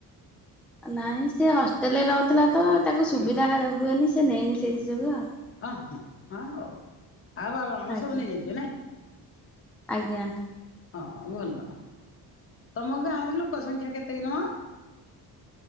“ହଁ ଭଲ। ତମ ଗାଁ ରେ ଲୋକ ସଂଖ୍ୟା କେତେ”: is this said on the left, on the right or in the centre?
Left